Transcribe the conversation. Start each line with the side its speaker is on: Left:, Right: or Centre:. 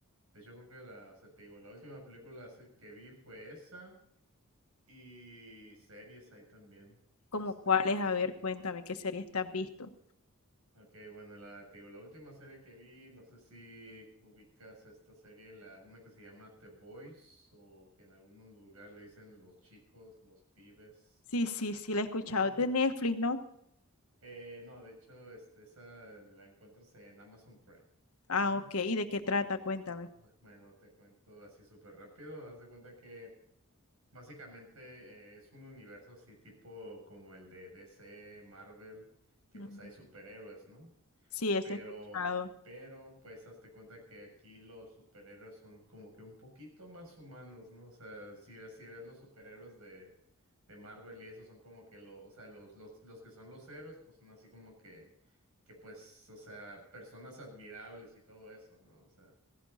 Right: De hecho, creo que la, o sea, te digo, la última película así que vi fue esa y series ahí también.
Left: ¿Como
Right: Este,
Left: cuáles? A
Right: es,
Left: ver, cuéntame, ¿qué serie estás visto?
Right: ok, bueno, la, te digo, la última serie que vi, no sé si ubicas esta serie, la, una que se llama The Boys o que en algún lugar le dicen los chicos, los pibes.
Left: Sí, sí, sí, la he escuchado.
Right: ¿Sí?
Left: Es
Right: sí?
Left: de Netflix, ¿no?
Right: Eh, no, de hecho, este, esa la encuentras en Amazon Prime.
Left: Ah,
Right: Ujú.
Left: ok. ¿Y de qué trata? Cuéntame.
Right: Bu- Bueno, te cuento así súper rápido. Haz de cuenta que Básicamente eh, es un universo así tipo como el de DC, Marvel, que
Left: Ujú.
Right: pues hay superhéroes, ¿no?
Left: Sí, eso
Right: Pero,
Left: he escuchado.
Right: pero pues hazte cuenta que aquí los superhéroes son como que un poquito más humanos, ¿no? O sea, si ves, si ves los superhéroes de, de Marvel y esos son como que los, o sea, los, los, los que son los héroes, pues son así como que, que pues, o sea, personas admirables y todo eso, ¿no? O sea.